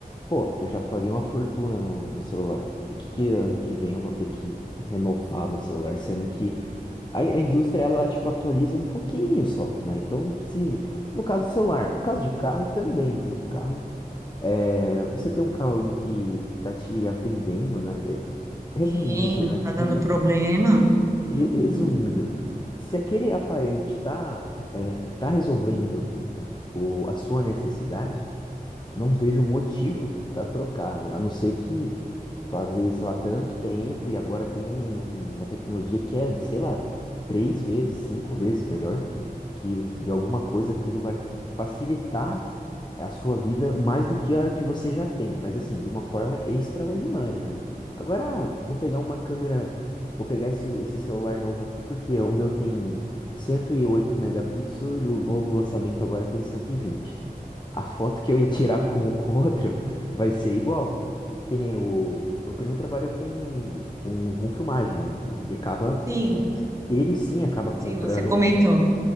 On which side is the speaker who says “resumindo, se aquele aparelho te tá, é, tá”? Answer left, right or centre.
Left